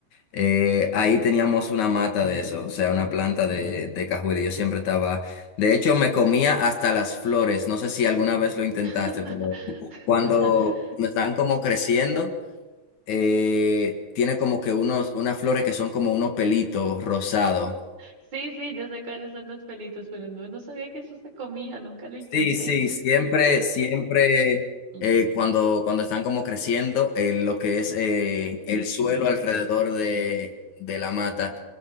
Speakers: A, on the left; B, on the right.
A: eh, ahí teníamos una mata de eso, o sea, una planta de, de cajuela. y Yo siempre estaba, de hecho, me comía hasta las flores. No sé si alguna vez lo intentaste,
B: <laughs>
A: pero cuando están como creciendo, eh, tiene como que unos, unas flores que son como unos pelitos rosados.
B: Sí, sí, yo sé cuáles son los pelitos, pero no, no sabía que eso se comía, nunca lo intenté.
A: Sí, sí,
B: <laughs>
A: siempre, siempre
B: Mm.
A: eh, cuando, cuando están como creciendo, eh, lo que es eh, el suelo alrededor de, de la mata